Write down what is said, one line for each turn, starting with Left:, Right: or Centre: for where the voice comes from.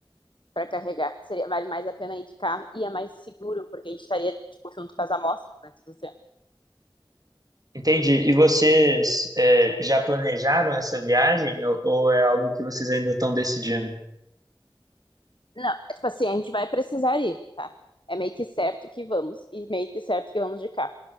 Left: para carregar. Seria, vale mais a pena ir de carro e é mais seguro, porque a gente estaria, tipo, junto com as amostras, né? Tudo certo.
Right: entendi. E vocês é, já planejaram essa viagem ou, ou é algo que vocês ainda estão decidindo?
Left: Não, é tipo assim, a gente vai precisar ir, tá? É meio que certo que vamos, e meio que certo que vamos de carro.